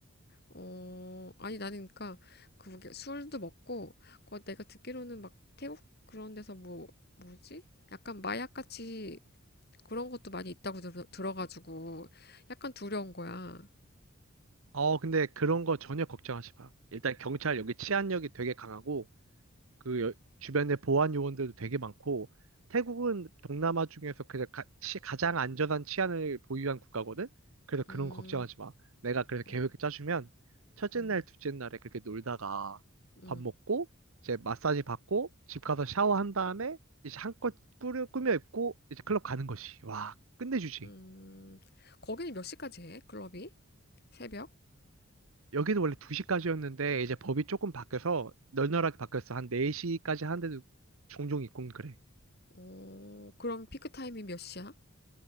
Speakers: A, on the left (about 45°); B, on the right (about 75°).
A: 어, 아니, 나는 그니까, 그게 술도 먹고, 그 내가 듣기로는 막 태국 그런 데서 뭐, 뭐지? 약간 마약같이 그런 것도 많이 있다고 들, 들어가지고, 약간 두려운 거야.
B: 어, 근데 그런 거 전혀 걱정하지 마. 일단 경찰 여기 치안력이 되게 강하고 그 여- 주변에 보안 요원들도 되게 많고 태국은 동남아 중에서 그냥 가, 장 안전한 치안을 보유한 국가거든. 그래서
A: 음,
B: 그런 거 걱정하지 마. 내가 그래서
A: 어,
B: 계획을 짜주면 첫째
A: 음,
B: 날, 둘째 날에 그렇게 놀다가
A: 음,
B: 밥 먹고 이제 마사지 받고 집 가서 샤워한 다음에 이제 한껏 꾸려, 꾸며 입고 이제 클럽 가는 거지 와, 끝내주지.
A: 음. 거기는 몇 시까지 해? 클럽이? 새벽?
B: 여기도 원래 2시까지였는데 이제 법이 조금 바뀌어서 널널하게 바뀌었어. 한 4시까지 하는데도 종종 있고 그래.
A: 어, 그럼 피크 타임이 몇 시야?